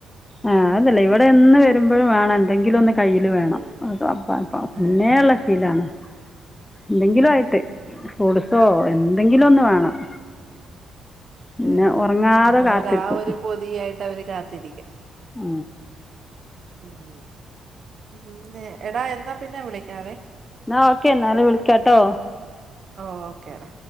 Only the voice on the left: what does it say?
ആ അതല്ലേ ഇവിടെ എന്ന് വരുമ്പോഴും വേണം എന്തെങ്കിലും ഒന്ന് കയ്യിൽ വേണം പാ <unintelligible>
മുന്നേള്ള
ശീലാണ് എന്തെങ്കിലും ആയി ട്ട്ഫ്രൂട്സൊ
എന്തെങ്കിലും ഒന്ന് വേണം പിന്നെ
ഉറങ്ങാതെ
കാത്തിരിക്കും
ആ
ന്നാ ഓക്കെ എന്നാല് വിളിക്കാട്ടോ